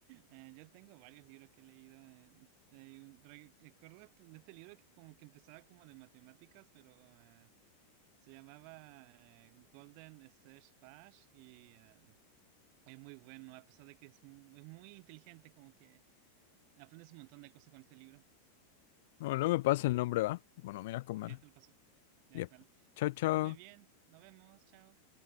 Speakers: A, on the right; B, on the left.
A: Eh, yo tengo varios libros que he leído. eh, hay un- re- recuerdo de este libro que como que empezaba como de matemáticas, pero eh, se llamaba eh, Golden Search Bash y eh, es muy bueno, a pesar de que es, mu- es muy inteligente, como que aprendes un montón de cosas con este libro.
B: No, no me pasa el nombre, ¿va? Bueno, mira a comer.
A: Y ahí te lo paso. Ya
B: Yep.
A: igual.
B: Chao, chao.
A: Pues come bien, nos vemos, chao.